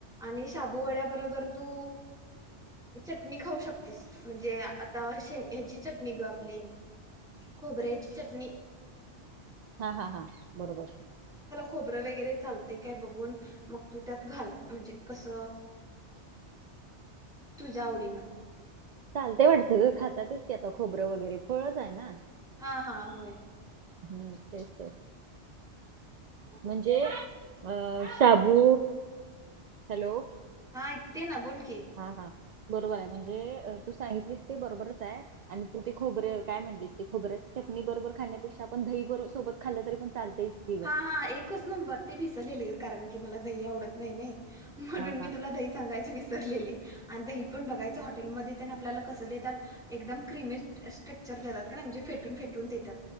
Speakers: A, in the centre; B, on the right.
A: आणि शाबूवड्याबरोबर तू, चटणी खाऊ शकतेस. म्हणजे आता शे ह्याची चटणी ग, आपली खोबऱ्याची चटणी.
B: हा, हा, हा. बरोबर.
A: खोबर वगैरे चालते काय? बघून मग तू त्यात घाल, म्हणजे कस? तुझ्या आवडीन.
B: चालते वाटतं ग? खातातच की आता खोबरं वगैरे. फळच आहे ना.
A: हा, हा. होय.
B: हम्म, तेच तर. म्हणजे अ शाबू, हॅलो.
A: हा ऐकते ना, बोल की.
B: हा, हा. बरोबराय म्हणजे, तू सांगितलीस ते बरोबरचाय आणि तू ते खोबर, काय म्हणलीस? ते खोबऱ्या चटणी बरोबर खाण्यापेक्षा, आपण दही बरो सोबत खाल्लं तरी पण चालतयच की ग.
A: हा हा एकच नंबर. ते विसरलेली कारण की, मला दही आवडत नाही नाही. म्हणून
B: हा हा
A: मी तुला दही सांगायच विसरलेले. आणि दही पण बघायचं, हॉटेलमध्ये तेन आपल्याला अस देतात, एकदम क्रिमी स्ट्रक स्ट्रक्चर देतात. कनाय म्हणजे फेटून- फेटून देतात.